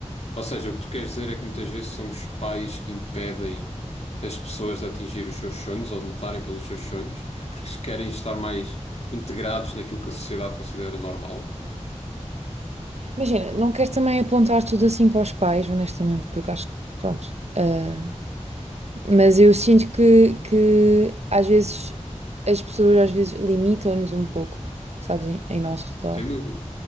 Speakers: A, on the left; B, on the right.
A: ou seja, o que tu queres dizer é que muitas vezes são os pais que impedem as pessoas de atingir os seus sonhos ou de lutarem pelos seus sonhos, porque se querem estar mais integrados naquilo que a sociedade considera normal?
B: Imagina, não quero também apontar tudo assim para os pais, honestamente, porque acho que, pronto. ah, mas eu sinto que, que às vezes as pessoas às vezes limitam-nos um pouco, sabes, em, em nosso redor.
A: Sem dúvida,